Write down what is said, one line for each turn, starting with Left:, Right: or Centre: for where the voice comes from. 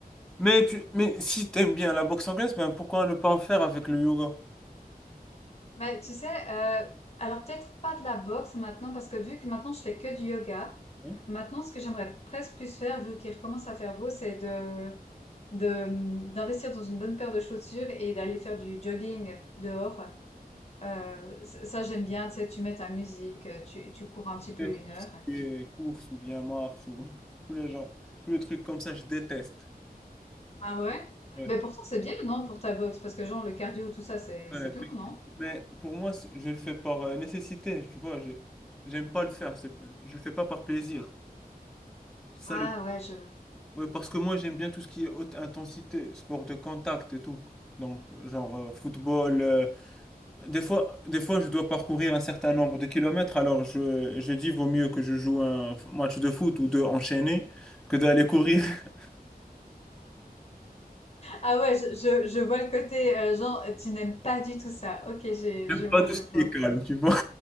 Centre: Mais, tu, mais si tu aimes bien la boxe anglaise, ben pourquoi ne pas en faire avec le yoga?
Left: Mais tu sais, euh, alors peut-être pas de la boxe maintenant parce que vu que maintenant je fais que du yoga,
Centre: Hein
Left: maintenant ce que j'aimerais presque plus faire vu qu'il recommence à faire beau, c'est de de d'investir dans une bonne paire de chaussures et d'aller faire du jogging dehors. Euh, ça ça, j'aime bien, tu sais, tu mets ta musique, tu tu cours un petit peu une
Centre: Tout
Left: heure.
Centre: ce qui est course ou bien marche ou <laughs> tous les gens, tous les trucs comme ça, je déteste.
Left: Ah ouais?
Centre: Ouais.
Left: Mais pourtant, c'est bien, non, pour ta boxe? Parce que genre, le cardio, tout ça, c'est,
Centre: Ouais,
Left: c'est
Centre: effectivement.
Left: bien, non?
Centre: Mais pour moi, c'est- je le fais par euh, nécessité, tu vois. je- J'aime pas le faire. c'est- Je le fais pas par plaisir. Ça
Left: Ah
Centre: le...
Left: ouais, je...
Centre: ouais, parce que moi, j'aime bien tout ce qui est haute intensité, sport de contact et tout. Donc, euh, genre euh, football. euh, Des fois, des fois, je dois parcourir un certain nombre de kilomètres. Alors, je, je dis, vaut mieux que je joue un f- match de foot ou deux enchaînés que d'aller courir. <laughs>
Left: Ah ouais, je, je, je vois le côté, euh, genre, tu n'aimes pas du tout ça. Ok, j'ai,
Centre: J'aime
Left: je vois,
Centre: pas tout
Left: je
Centre: ce
Left: vois.
Centre: qui est calme, tu vois.